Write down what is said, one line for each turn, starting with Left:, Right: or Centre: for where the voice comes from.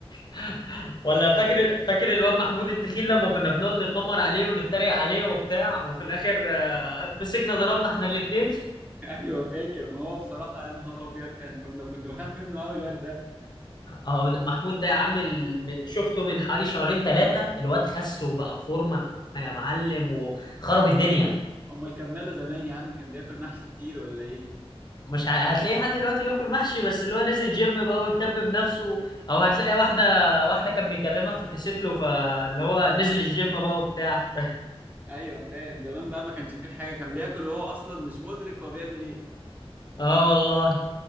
Left: <laughs> ولا فاكر فاكر الواد محمود التخين لما كنا بنقعد نتنمر عليه ونتريق عليه وبتاع وفي الاخر آه، مسكنا ضربنا احنا الاتنين
Right: <laughs> ايوه فاكر ما هو بصراحه يا نهار ابيض كان كنا كنت بخاف منه قوي الواد ده
Left: اهو ده- محمود ده يا عم ال- من شفته من حوالي شهرين ثلاثة الواد خس وبقى فورمة يا معلم وخرب الدنيا
Right: امال كان ماله زمان يا عم كان بياكل محشي كتير ولا ايه
Left: مش ع... هتلاقيه لحد دلوقتي بياكل محشي بس اللي هو نزل جيم بقى واهتم بنفسه او هتلاقي واحدة واحدة كان بيكلمها فكست له فاللي هو نزل الجيم بقى وبتاع <laughs>
Right: ايوه فاهم زمان بقى ما كانش فيه حاجه كان بياكل وهو اصلا مش مدرك هو بيعمل ايه
Left: اه والله